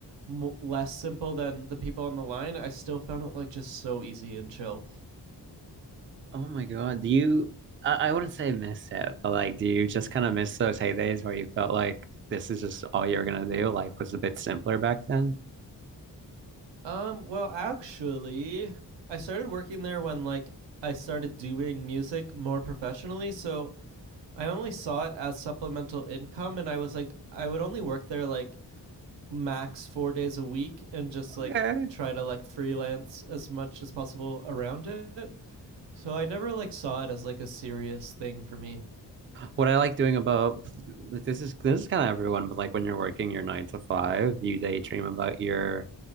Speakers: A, on the right; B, on the right.
A: m- less simple than the people on the line i still found it like just so easy and chill
B: Oh my God. Do you, I, I wouldn't say miss it, but like, do you just kind of miss those heydays where you felt like this is just all you're gonna do? Life was a bit simpler back then.
A: Um, well, actually, I started working there when like I started doing music more professionally, so I only saw it as supplemental income and I was like I would only work there like max 4 days a week and just
B: Okay.
A: like try to like freelance as much as possible around it. So I never like saw it as like a serious thing for me.
B: What I like doing about this is this is kind of everyone, but like when you're working your nine to five, you daydream about your